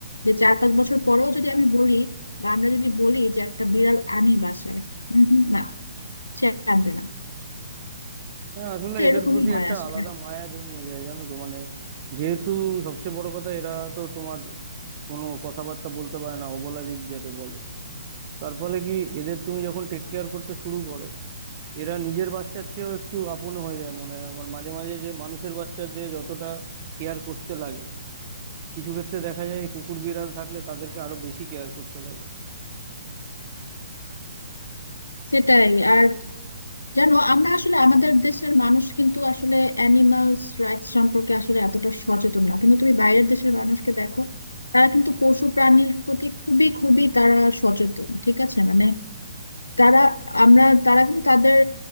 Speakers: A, on the left; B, on the right.
A: যে চার পাঁচ বছর পরেও যদি আমি বলি বা আমরা যদি বলি যে একটা বিড়াল আনি বাসায় হম হম না সে আনবে না
B: হ্যাঁ আসলে
A: তো
B: এদের
A: এরকমই
B: প্রতি
A: হয়
B: একটা
A: আসলে
B: আলাদা মায়া জন্মে যায় জানো তো মানে যেহেতু সবচেয়ে বড় কথা এরা তো তোমার কোনো কথাবার্তা বলতে পারে না অবলা জীব যাতে বলে তার ফলে কি এদের তুমি যখন টেক কেয়ার করতে শুরু করো এরা নিজের বাচ্চার চেয়েও একটু আপন হয়ে যায় মনে হয় আমার মাঝে মাঝে যে মানুষের বাচ্চার যে যতটা কেয়ার করতে লাগে কিছু ক্ষেত্রে দেখা যায় কুকুর বিড়াল থাকলে তাদেরকে আরো বেশি কেয়ার করতে লাগে
A: সেটাই আর জানো আমরা আসলে আমাদের দেশের মানুষ কিন্তু আসলে অ্যানিমালস রাইটস সম্পর্কে আসলে এতটা সচেতন না কিন্তু তুমি বাইরের দেশের মানুষকে দেখো তারা কিন্তু পশু প্রাণীর প্রতি খুবই খুবই তারা সচেতন ঠিক আছে মানে তারা আমরা তারা কিন্তু তাদের